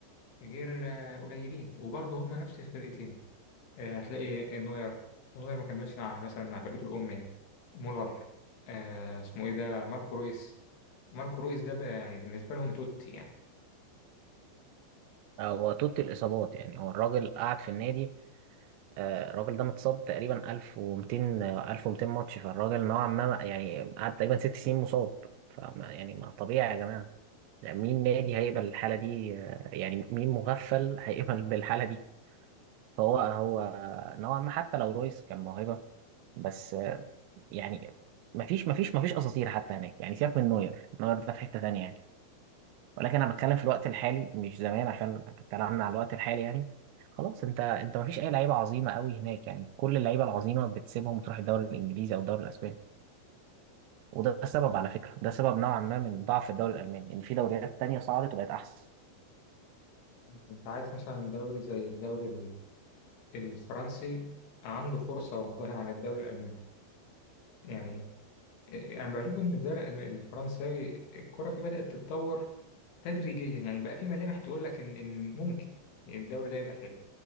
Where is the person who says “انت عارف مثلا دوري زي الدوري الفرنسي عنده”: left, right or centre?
Left